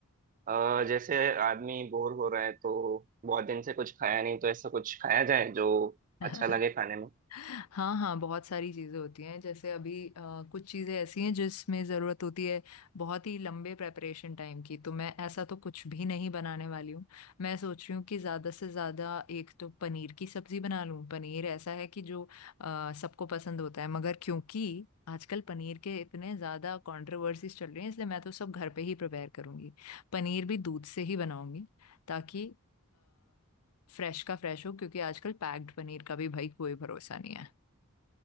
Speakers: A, on the right (about 35°); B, on the left (about 80°).
A: अ, जैसे आदमी बोर हो रहा है तो बहुत दिन से कुछ खाया नहीं तो ऐसा कुछ खाया जाए जो
B: है
A: अच्छा लगे
B: <laughs>
A: खाने में
B: हाँ हाँ बहुत सारी चीज़ें होती हैं जैसे अभी अ, कुछ चीज़ें ऐसी हैं जिसमें ज़रूरत होती है बहुत ही लंबे प्रेपरेशन टाइम की तो मैं ऐसा तो कुछ भी नहीं बनाने वाली हूँ मैं सोच रही हूँ कि ज़्यादा से ज़्यादा एक तो पनीर की सब्ज़ी बना लूँ पनीर ऐसा है कि जो अ, सबको पसंद होता है मगर क्योंकि आजकल पनीर के इतने ज़्यादा कंट्रोवर्सीज चल रही हैं इसलिए मैं तो सब घर पे ही प्रिपेयर करूँगी पनीर भी दूध से ही बनाऊंगी ताकि फ्रेश का फ्रेश हो क्योंकि आजकल पैक्ड पनीर का भी भाई कोई भरोसा नहीं है